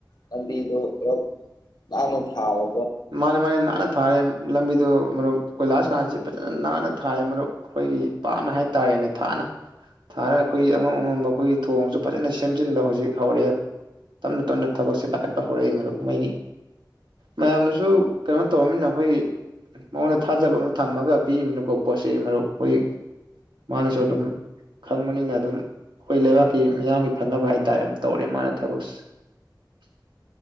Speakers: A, on the left (about 65°); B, on the right (about 85°).
A: ꯂꯝꯕꯤꯗꯣ ꯄꯨꯂꯞ ꯅꯥꯟꯅ ꯊꯥꯔ
B: ꯃꯥꯅꯦ ꯃꯥꯅꯦ ꯅꯥꯟꯅ ꯊꯥꯔꯦ ꯂꯝꯕꯤꯗꯨ ꯃꯔꯨꯞ ꯀꯣꯏꯂꯥꯁꯀꯥꯟꯁꯤ ꯐꯖꯅ ꯅꯥꯟꯅ ꯊꯥꯔꯦ ꯃꯔꯨꯞ ꯑꯩꯈꯣꯏꯒꯤ ꯄꯥꯛꯅ ꯍꯥꯏꯇꯥꯔꯦꯅꯦ ꯊꯥꯅ ꯊꯥꯔꯒ ꯑꯩꯈꯣꯏꯒꯤ ꯑꯉꯝ ꯑꯉꯝꯕ ꯑꯩꯈꯣꯏꯒꯤ ꯊꯣꯡꯁꯨ ꯐꯖꯅ ꯁꯦꯝꯖꯤꯟꯕ ꯍꯧꯖꯤꯛ ꯍꯧꯔꯛꯑꯦ ꯇꯞꯅ ꯇꯞꯅ ꯊꯕꯛꯁꯦ ꯄꯥꯏꯈꯠꯄ ꯍꯧꯔꯛꯏ ꯃꯔꯨꯞ ꯃꯣꯏꯒꯤ ꯃꯌꯥꯝ ꯁꯨ ꯀꯩꯅꯣ ꯇꯧꯔꯕꯅꯤꯅ ꯑꯩꯈꯣꯏꯒꯤ ꯃꯉꯣꯟꯗ ꯊꯥꯖꯕ ꯑꯃ ꯊꯝꯃꯒ ꯄꯤꯃꯤꯅꯀꯣ ꯄꯣꯠꯁꯤ ꯃꯔꯨꯞ ꯑꯩꯈꯣꯏ ꯃꯥꯅꯁꯨ ꯑꯗꯨꯝ ꯈꯪꯕꯅꯤꯅ ꯑꯗꯨꯝ ꯑꯩꯈꯣꯏ ꯂꯩꯕꯥꯛꯀꯤ ꯃꯤꯌꯥꯝꯒꯤ ꯐꯅꯕ ꯍꯥꯏꯇꯥꯥꯔꯦ ꯑꯗꯨ ꯇꯧꯔꯦ ꯃꯥꯅ ꯊꯕꯛꯁ